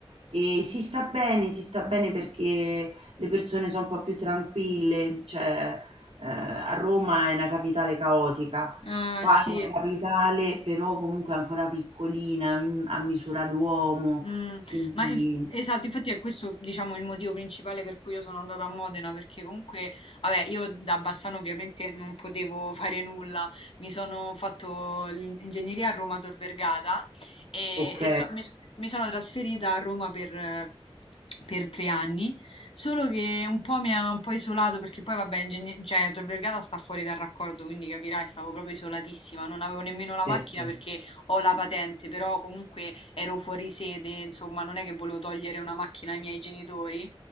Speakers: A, on the right (about 75°); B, on the left (about 65°).
A: e si sta bene, si sta bene perché le persone sono un po' più tranquille, cioè eh, a Roma è una capitale caotica,
B: Ah,
A: qua
B: sì.
A: è una capitale però comunque ancora piccolina, mm, a misura d'uomo,
B: Mm,
A: quindi
B: ma inf- esatto, infatti è questo, diciamo, il motivo principale per cui io sono andata a Modena, perché comunque, vabbè, io da Bassano ovviamente non potevo <laughs> fare nulla, mi sono fatto l'ingegneria a Roma Tor Vergata e,
A: ok,
B: e so- mi, s- mi sono trasferita a Roma per, eh, per tre anni. Solo che un po' mi ha un po' isolato perché poi vabbè, ingegne- cioè, Tor Vergata sta fuori dal raccordo, quindi capirai, stavo proprio isolatissima, non avevo nemmeno la
A: certo,
B: macchina perché ho la patente, però comunque ero fuori sede, insomma, non è che volevo togliere una macchina ai miei genitori.